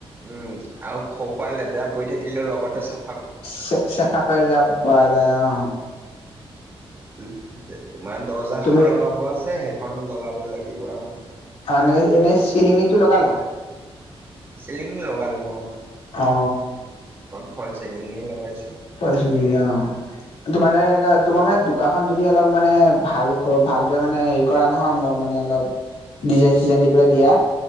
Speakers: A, on the right (about 25°); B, on the left (about 85°).
A: উম, আৰু সৰু খুৰা লেতেৰা পৰি থাকিলেও লগতে চা
B: চ-চেফা কৰি যাব পোৱা যায় অ'।
A: তোমাৰ দৰ্জা
B: তুমি
A: খন লগাব আছে। খনো লগাব লাগিব আৰু।
B: অ এনেই এনেই চিলিঙিটো লগালা
A: চিলিং লগালো অ
B: অ
A: ফলচ চিলিঙে লগাইছো
B: ফলছ চিলিঙি অ তোমাৰ দৰে এনেকা তোমাৰ মানে দোকানখন যদি অলপ মানে ভাল ভালদৰে মানে হেৰি কৰা নহয় মানে অলপ ডিজাইন চিজাইন দি পেলাই দিয়া